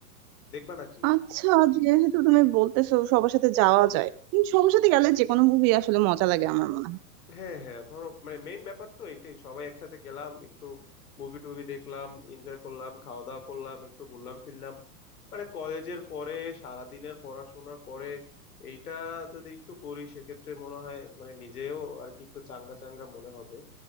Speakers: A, on the left; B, on the right.
A: দেখবা নাকি
B: আচ্ছা যেহেতু তুমি বলতেছো সবার সাথে যাওয়া যায় উম, সবার সাথে গেলে যে কোনো মুভি আসলে মজা লাগে আমার মনে হয়
A: হ্যাঁ হ্যাঁ ধরো মানে মেইন ব্যাপার তো এইটাই সবাই একসাথে গেলাম একটু মুভি টুভি দেখলাম এনজয় করলাম খাওয়া দাওয়া করলাম একটু ঘুরলাম ফিরলাম মানে কলেজের পরে সারাদিনের পড়াশোনার পরে এইটা যদি একটু করি সেক্ষেত্রে মনে হয় মানে নিজেও আর কি একটু চাঙ্গা চাঙ্গা মনে হবে